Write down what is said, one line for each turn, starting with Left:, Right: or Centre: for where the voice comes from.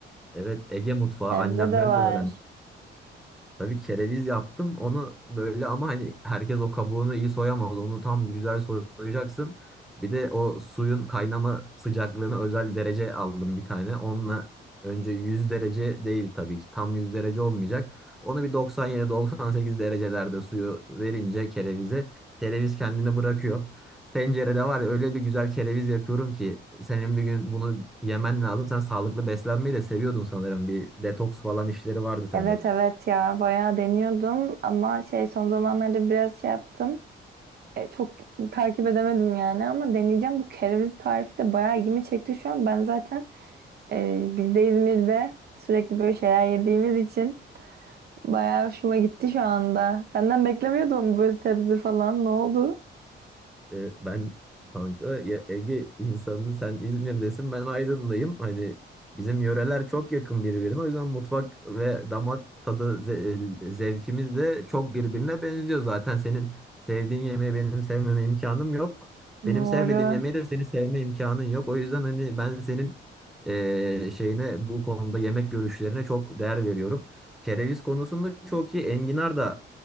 Centre: Evet Ege mutfağı
Right: sebze
Centre: annemden
Right: de var.
Centre: öğrendim. Tabii kereviz yaptım onu böyle ama hani herkes o kabuğunu iyi soyamaz. Onu tam güzel soyacaksın. Bir de o suyun kaynama sıcaklığını özel derece aldım bir tane. Onunla önce 100 derece değil tabii ki. Tam 100 derece olmayacak. Onu bir 97-98 derecelerde suyu verince kerevize kereviz kendini bırakıyor. Tencerede var ya öyle bir güzel kereviz yapıyorum ki senin bir gün bunu yemen lazım. Sen sağlıklı beslenmeyi de seviyordun sanırım. Bir detoks falan işleri vardı sende.
Right: Evet evet ya bayağı deniyordum ama şey son zamanlarda biraz şey yaptım. E, çok takip edemedim yani ama deneyeceğim. Bu kereviz tarifi de bayağı ilgimi çekti şu an. Ben zaten e, biz de İzmir'de sürekli böyle şeyler yediğimiz için Bayağı hoşuma gitti şu anda. Senden beklemiyordum ama böyle sebze falan. Ne oldu?
Centre: E, ben kanka ya Ege insanı sen İzmir'desin ben Aydın'dayım. Hani bizim yöreler çok yakın birbirine. O yüzden mutfak ve damak tadı ze- e, zevkimiz de çok birbirine benziyor. Zaten senin sevdiğin yemeği benim sevmeme imkanım yok.
Right: Doğru.
Centre: Benim sevmediğim yemeği de senin sevme imkanın yok. O yüzden hani ben senin e, şeyine bu konuda yemek görüşlerine çok değer veriyorum. Kereviz konusunda çok iyi. Enginar da